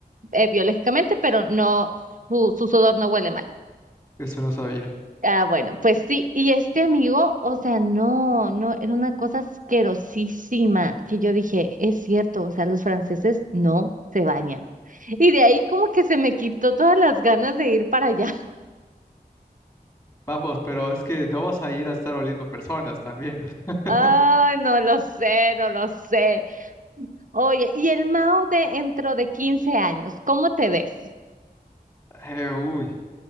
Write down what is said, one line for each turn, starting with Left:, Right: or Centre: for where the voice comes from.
Right: eh, biológicamente, pero no, su, su sudor no huele mal.
Left: Eso no sabía.
Right: Ah, bueno, pues sí, y este amigo, o sea, no, no, era una cosa asquerosísima que yo dije, es cierto, o sea, los franceses no se bañan. Y de ahí como que se me quitó todas las ganas de ir para allá.
Left: Vamos, pero es que no vas a ir a estar oliendo personas también. <laughs>
Right: <laughs> Ay, no lo sé, no lo sé. Oye, y el Mao de dentro de 15 años, ¿cómo te ves?
Left: Eh, uy.